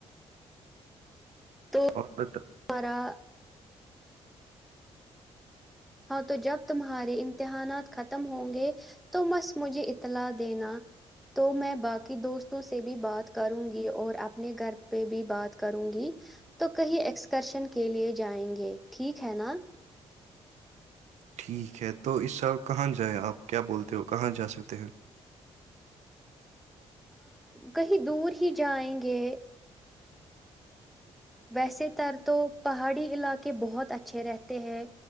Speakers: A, in the centre; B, on the right.
A: تو
B: اور بت
A: ہمارا ہاں تو جب تمہارے امتحانات ختم ہوں گے تو بس مجھے اطلاع دینا تو میں باقی دوست سے بھی بات کروں گی اور اپنے گھر پہ بھی بات کروں گی تو کہیں ایکسکرشن کے لیے جائیں گے ٹھیک ہے نا
B: ٹھیک ہے تو اس سال کہاں جائیں آپ کیا بولتے ہو کہاں جا سکتے ہیں؟
A: کہیں دور ہی جائیں گے ویسے تر تو پہاڑی علاقے بہت اچھے رہتے ہیں